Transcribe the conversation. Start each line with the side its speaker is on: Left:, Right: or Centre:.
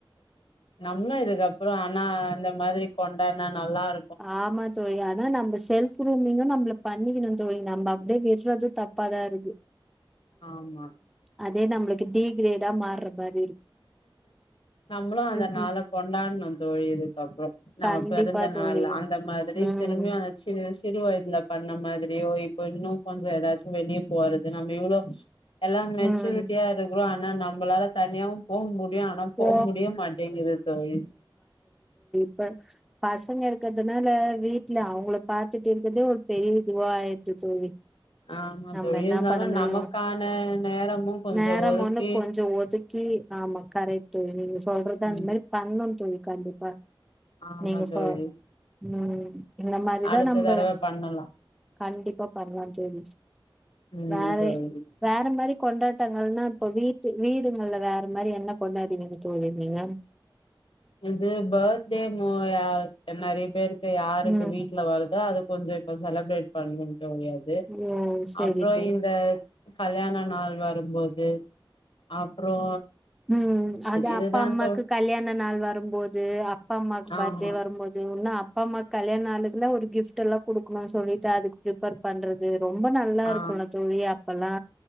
Left: ன்னா இதுக்கப்ரோ அன்னா ந்த மாதிரி கொண்டானா நல்லா இர்
Centre: ஆமா தோழி அனா நம்ப செல்ஃப் குருமிங்கூ நம்மள பண்ணிக்குணு தோழி ப்டி நம்ப அப்டே விட்றதூ தப்பாதா ருக்கு
Left: ஆமா
Centre: அதே நம்ளுக்கு டீ கிரேடா மார்ர பார்
Left: நம்மளு அந்த
Centre: ம்,
Left: நாள
Centre: ம்.
Left: கொண்டானு தோழி இதுக்க கப்ரோ நம்ம
Centre: கண்டிப்பா
Left: பிறந்த
Centre: தோழி.
Left: நாள்ள அந்த மாதிரி
Centre: ம்,
Left: திரும்மி வந்துச்சினு சிறு வயதுல பண்ண மாதிரியோ இப்ப இன்னு கொஞ்சொ ஏதாச்சு வெளியே போறது நம்ம இவ்ளோ எல்லாம் மெச்சூருட்டியா
Centre: ம்.
Left: ருக்குறோ ஆனா நம்மபளால தனியாவு போக முடியு டியு ஆனா
Centre: போ
Left: போக் முடிய மாட்டேங்குது தோழி
Centre: ப்ப பசங்க இருக்கறதுனால வீட்ல அவுங்குளுக் பாத்துட்டு இருக்கறதே ஒரு பெரியதுவா யிருது தோழி
Left: ஆமா
Centre: நம்ம
Left: தோழி
Centre: என்னா
Left: இருந்தாலு
Centre: பண்ண முடியு
Left: நமக்கான நேரமு கொஞ்சோ
Centre: நேரம்
Left: ஒதுக்கி
Centre: ஒன்னு கொஞ்சோ ஒதுக்கி கி ஆமா கரெக்டு நீங்க சொல்றதா
Left: ம்
Centre: ந்த மெரி பண்னணுந் தோழி கண்டிப்பா
Left: ஆமா
Centre: நீங்க
Left: தோழி
Centre: சொ ம் இந்த மாரிதா
Left: அடுத்த
Centre: நம்ப
Left: தடவ பண்ணலா
Centre: கண்டிப்பா பண்லா தோழி
Left: ம்
Centre: வேறெ
Left: தோழி
Centre: வேற மேரி கொண்டாடங்கள்னா இப்போ வீட்டு வீடுகள்ல வேற மேரி என்ன கொண்டா ங்கு தோழி நீங்க
Left: இது பத்டே மோயா நெறைய பேருக்கு யாருக்கு
Centre: ம்
Left: வீட்ல வருதோ அது கொஞ்சொ இப்ப செலப்ரேட் பண்ணுங்ற ஓயாது
Centre: ஓ செரி
Left: அப்றோ
Centre: தோழி
Left: இந்த கல்யாண நாள் வரும்போது அப்றோ
Centre: ம் அது
Left: இதுதா
Centre: அப்பா அம்மாக்கு
Left: தோ
Centre: கல்யாண நாள் வரும்போது அப்பா அம்மாக்கு பத்டே
Left: ஆமா
Centre: வரும்போது ஒன்னா அப் ப்பாமாக் கல்யாண்நாளுக்கு லா ஒரு கிஃப்ட் டெல்லா குடுக்குணு சொல்லிட்டெ அதுக்கு ப்ரிப்பெர் பண்றது ரொம்ப நல்லா
Left: ஆ
Centre: ருக்குல்ல தோழி அப்பெல்லா